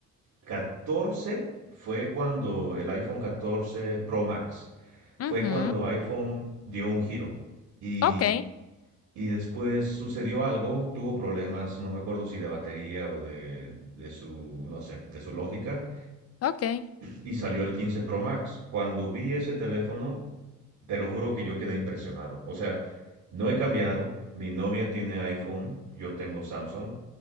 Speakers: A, on the right (about 70°); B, on the left (about 55°).
A: 14 fue cuando el iPhone 14 Pro Max, fue
B: Ujú,
A: cuando iPhone dio un giro y,
B: Ok,
A: y después sucedió algo, tuvo problemas, no me acuerdo si de batería o de, de su, no sé, de su lógica
B: ok,
A: y salió el 15 Pro Max. Cuando vi ese teléfono, te lo juro que yo quedé impresionado. O sea, no he cambiado, mi novia tiene iPhone, yo tengo Samsung